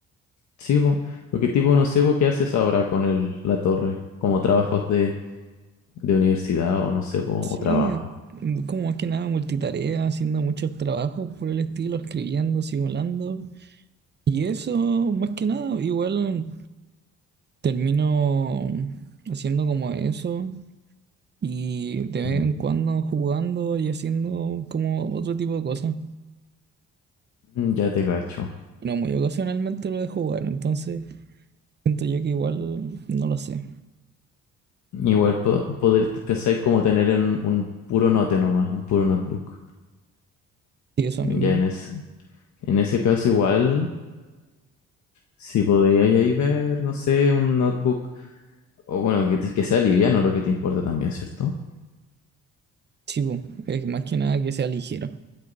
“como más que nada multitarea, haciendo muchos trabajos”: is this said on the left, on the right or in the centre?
Right